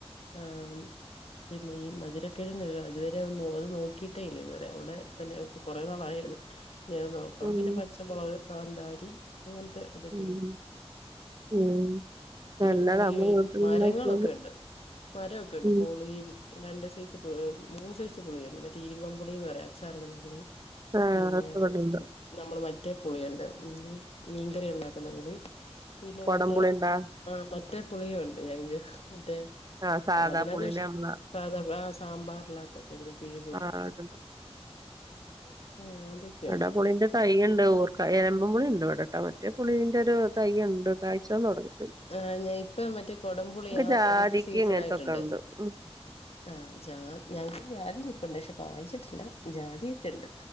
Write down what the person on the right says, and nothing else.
ഉം
ഉം
ഉം നല്ലതാ
നമ്മള് വീട്ടിലുണ്ടാക്കിയാല്
ഉം
ആഹ്
അത് ഇവിടെണ്ട്
കൊടംപുളി
ഉണ്ടാ
ആഹ് സാധാ
പുളിയില് നമ്മള
ആഹ് ഇടുന്ന
സാധാപുളിന്റെ തൈയിണ്ട് ഓർക്ക എരമ്പം പുളിണ്ട് വിടെട്ടാ മറ്റേ പുളീന്റെ ഒരു തൈയ്യുണ്ട് കായ്ച്ചൊതൊടങ്ങി
ജാതിക്ക
ഇങ്ങനത്തൊക്കെ ഉണ്ട്. ഉം